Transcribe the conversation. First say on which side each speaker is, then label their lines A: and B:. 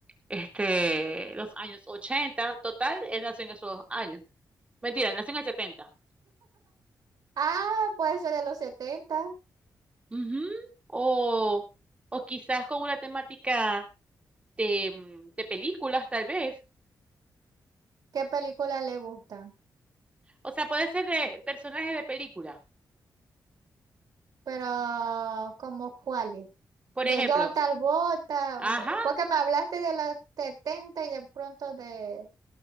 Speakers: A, on the right; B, on the right.
A: este, los años 80, total, él nació en esos años. Mentira, él nació en el 70.
B: Ah, puede ser de los setenta
A: Ujú. O, o quizás con una temática de, mm, de películas, tal vez.
B: ¿Qué película le gusta?
A: O sea, puede ser de personajes de películas,
B: Pero, ¿como cuáles?
A: por
B: De
A: ejemplo.
B: John Travolta,
A: Ajá,
B: o- porque me hablaste de los 70 y de pronto de,